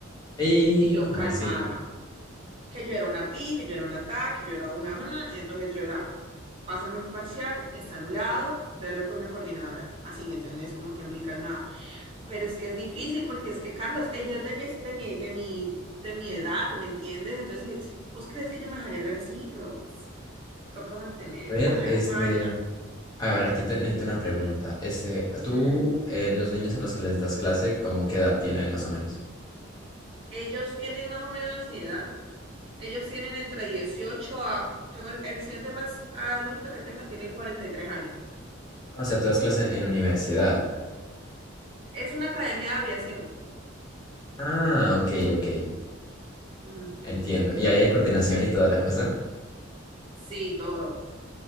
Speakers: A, on the left; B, on the right.
A: Y
B: Y yo
A: ¿cómo
B: calmada,
A: así?
B: que yo era una pi, que yo era una ta, que yo era una... ja, Entonces yo era, pásame el parcial, está anulado, velo con la coordinadora. Así, ¿me entendés? Como que muy calmada. Pero es que es difícil porque es que, Carlos, ella es de mi, de mi, de mi, de mi edad, ¿me entiendes? Entonces, si, si vos crees que yo me dejaría hablar así, pero pues, toca mantener
A: A ver,
B: la
A: este,
B: raya.
A: a ver, aquí te necesito una pregunta. Este, tú,
B: Mm.
A: eh, los niños a los que les das clase, ¿cómo qué edad tienen más o menos?
B: Ellos tienen más o menos mi edad. Ellos tienen entre 18 a... Tengo el, el estudiante más adulto que tengo tiene 43 años.
A: Ah, O sea, tú das clase en universidad.
B: Es una academia de aviación.
A: Ah, ok, ok.
B: Ujú,
A: Entiendo. ¿Y
B: traje
A: ahí hay coordinación
B: ahí.
A: y toda la cosa?
B: Sí, todo.